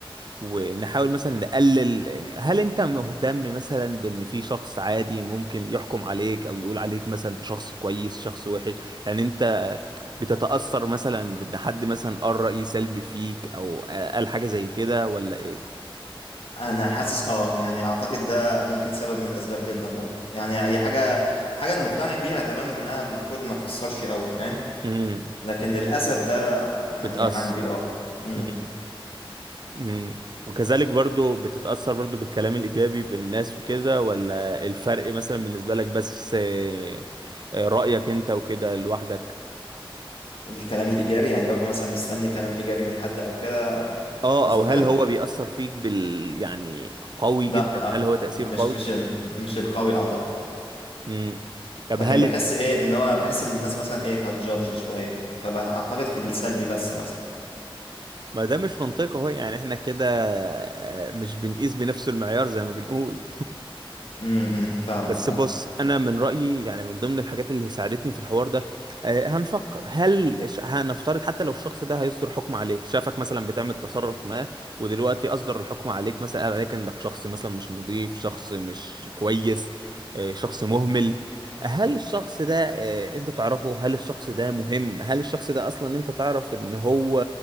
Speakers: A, on the right (about 50°); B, on the left (about 75°).
A: ونحاول مثلا نقلل هل انت مهتم مثلا بان في شخص عادي ممكن يحكم عليك او يقول عليك مثلا انت شخص كويس شخص وحش يعني انت بتتأثر مثلا بان حد مثلا قال رأي سلبي فيك او قال حاجة زي كده ولا ايه
B: انا حاسس اه يعني اعتقد ده ممكن سبب من الاسباب جدا برضه يعني اي حاجه حاجه انا مقتنع بيها تماما انها المفروض ما تاثرش او فاهم
A: امم
B: لكن للاسف ده يعني
A: بتأثر
B: عندي اه امم
A: امم امم وكذلك برضو بتتأثر برضو بالكلام الإيجابي بالناس وكده ولا الفرق مثلا بالنسبة لك بس آه، آه، رأيك انت وكده لوحدك
B: الكلام الايجابي يعني ببقى مثلا مستني كلام ايجابي من حد او كده
A: اه
B: قصدك
A: او هل
B: كده
A: هو بيأثر فيك بال يعني قوي
B: لا
A: جدا
B: لا
A: هل هو تأثير
B: مش
A: قوي
B: مش ال- مش القوي اعتقد
A: امم طب
B: لكن
A: هل
B: بحس ايه ان هو بحس ان الناس مثلا ايه هتجادج شويه فاعتقد في السلبي بس مثلا
A: ما ده مش منطقي اهو يعني احنا كده آه، مش بنقيس بنفس المعيار زي ما بنقول
B: امم فاهمك
A: بس
B: اه
A: بص انا من رايي يعني من ضمن الحاجات اللي ساعدتني في الحوار ده آه، هنفكر هل ش- هنفترض حتى لو الشخص ده هيصدر حكم عليك شافك مثلا بتعمل تصرف ما ودلوقتي اصدر الحكم عليك مثلا قال عليك انك شخص مثلا مش نظيف شخص مش كويس آه، شخص مهمل هل الشخص ده آه، انت تعرفه هل الشخص ده مهم هل الشخص ده اصلا انت تعرف ان هو